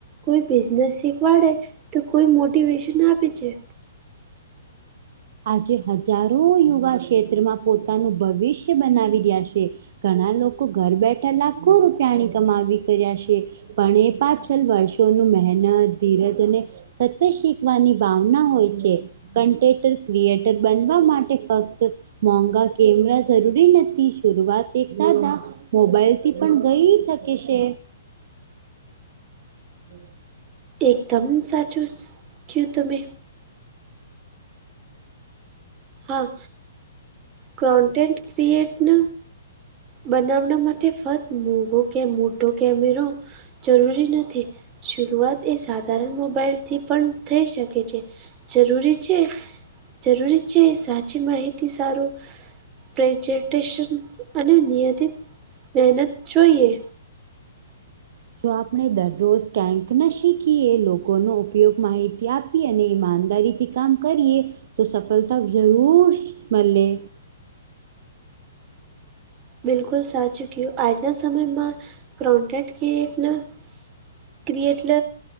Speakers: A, on the right; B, on the right.
A: કોઈ બિઝનેસ શીખવાડે, તો કોઈ મોટિવેશન આપે છે.
B: આજે હજારો યુવા ક્ષેત્રમાં પોતાનું ભવિષ્ય બનાવી રહ્યા છે. ઘના લોકો ઘર બેઠા લાખો રૂપિયાની કમાવી કર્યા સે. પણ એ પાછલ વર્ષોનું મહેનત, ધીરજ અને સતત શીખવાની ભાવના હોય છે. કન્ટેન્ટ તર ક્રિએટર બનવા માટે ફક્ત મોંઘા કેમરા જરૂરી નથી, શરૂઆત એક સાદા મોબાઈલ થી પણ ગઈ સકે સે. <inaudible>
A: એકદમ સાચું સુ કયું તમે. હા ક્રોન્ટન્ટેન્ટ ક્રિએેટ ન બનાવના માટે ફત મોંઘો કે મોટો કેમેરો જરૂરી નથી શરૂઆત એ સાધારણ મોબાઈલથી પણ થઈ શકે છે. જરૂરી છે. જરૂરી છે સાચી માહિતી સારું પ્રેજન્ટેશન અને નિયમિત મહેનત જોઈએ.
B: જો આપણે દરરોજ કેંક ન શીકી એ લોકો ન ઉપયોગ માહિતી આપ પી અને ઈમાનદારીથી કામ કરીએ તો સફલતા જરૂર મલે.
A: બિલકુલ સાચું ક્યું આજના સમયમાં ક્રન્ટેક્ટ ક્રિએટના ક્રિએેટલ